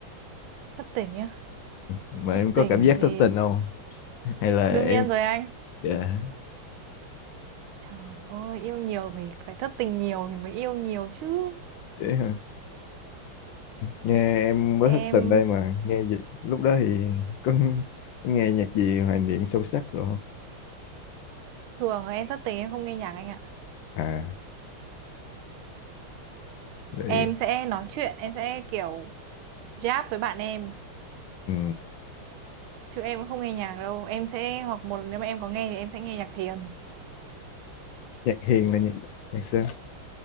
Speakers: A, on the right; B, on the left.
A: thất tình nhá.
B: Mà
A: Thất
B: em có
A: tình
B: cảm giác
A: thì
B: thức tình không? Hay là
A: đương
B: em
A: nhiên rồi anh.
B: dạ
A: Trời ơi, yêu nhiều thì phải thất tình nhiều thì mới yêu nhiều chứ.
B: dễ hả? Nghe em mới thức
A: Em
B: tình đây mà nghe gì? Lúc đó thì có, có nghe nhạc gì hoài niệm sâu sắc rồi không?
A: Thường em thất tình em không nghe nhạc anh ạ.
B: À rồi
A: Em sẽ nói chuyện, em sẽ kiểu giáp với bạn em.
B: ừ.
A: Chứ em cũng không nghe nhạc đâu. Em sẽ, hoặc một lần nếu mà em có nghe thì em sẽ nghe nhạc thiền.
B: nhạc hiền là nhạc nhạc sao